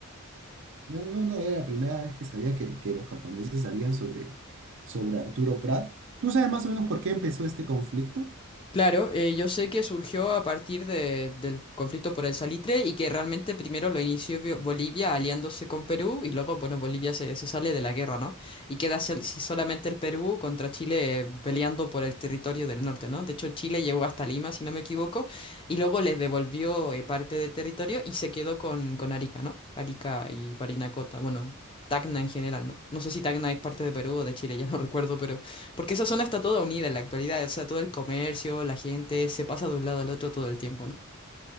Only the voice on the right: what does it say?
No, no, no, era la primera vez que sabía que, que los japoneses sabían sobre, sobre Arturo Prat. ¿Tú sabes más o menos por qué empezó este conflicto?